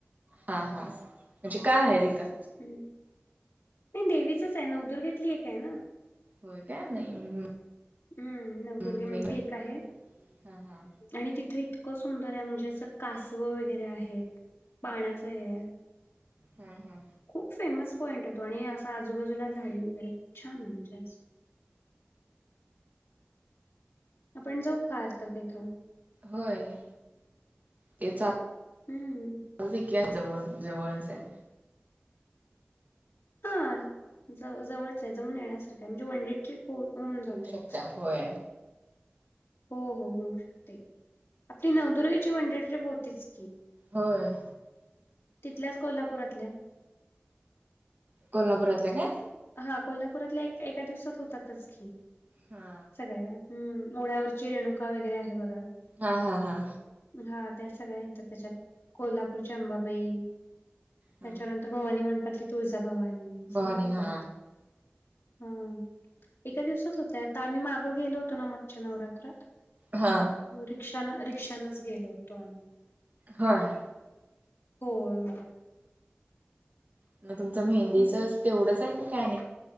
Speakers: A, on the right (about 45°); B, on the left (about 80°).
A: हा हा म्हणजे, काय आहे तिथं.
B: हम्म नाही देवीचच आहे, नवदुर्गेतली एक आहे ना.
A: होय काय, नाही
B: हम्म नवदुर्गेमधली
A: नाही
B: एक आहे.
A: हा हा
B: आणि तिथं इतकं सुंदर आहे म्हणजे, असं कासवं वगैरे आहेत. पाण्याचं ये.
A: हा हा
B: खूप फेमस पॉईंट आहेे तो, आणि असा आजूबाजूला झाडी वगैरे छान आहे म्हणजे असं. आपण जाऊ फार तर तिथं.
A: होय तेचा.
B: हम्म.
A: जाऊया कि जवळ जवळचं आहे.
B: ह जवळ जवळच आहे जाऊन येण्यासारखय म्हणजे वन डे ट्रीप हो होऊन जाते.
A: होऊ शकता होय
B: हो हो होऊ शकते आपली नवदुर्गेची वनडे ट्रीप होतीच की.
A: होय.
B: तिथल्याच कोल्हापुरातल्या.
A: कोल्हापुरातल्या काय.
B: हा कोल्हापुरातल्या एक एका दिवसात होतातच की.
A: हा
B: सगळ्या हम्म ओढ्यावरची रेणुका वगैरे आहे बघा.
A: हा हा हा.
B: हा त्या सगळ्या येतात त्याच्यात कोल्हापूरची अंबाबाई त्याच्यानंतर.
A: हा
B: भवानी मंडपातली तुळजाभवानी
A: भवानी
B: सगळं होतय.
A: हा
B: हम्म एका दिवसात होतय आता आम्ही माग गेलो होतो ना मागच्या नवरा.
A: हा
B: रिक्षा रिक्षानच गेलो होतो आम्ही.
A: होय.
B: होय हो.
A: मग तुमचं मेहंदीच
B: हं,
A: तेवढंच आहे का आणि काय.